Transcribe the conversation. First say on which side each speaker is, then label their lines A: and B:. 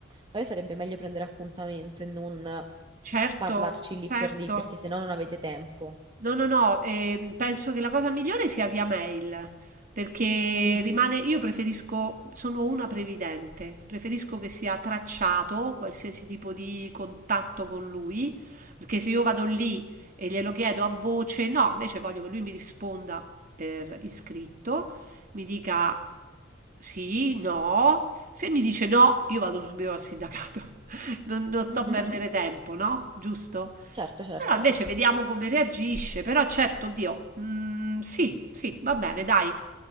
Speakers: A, on the right; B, on the right.
A: Magari sarebbe meglio prendere appuntamento e non
B: Certo,
A: parlarci lì
B: certo.
A: per lì, perché sennò non avete tempo.
B: No, no, no, ehm, penso che la cosa migliore sia via mail, perché
A: Mhm,
B: rimane, io preferisco, sono una previdente, preferisco che sia tracciato qualsiasi tipo di contatto con lui, perché se io vado lì e glielo chiedo a voce, no, invece voglio che lui mi risponda per iscritto, mi dica sì, no, se mi dice no, io vado subito al sindacato, <laughs> non, non sto
A: mhm.
B: a perdere tempo, no? Giusto?
A: Certo, certo,
B: Però invece
A: sì.
B: vediamo come reagisce. Però certo, Dio, mm, sì, sì, va bene, dai.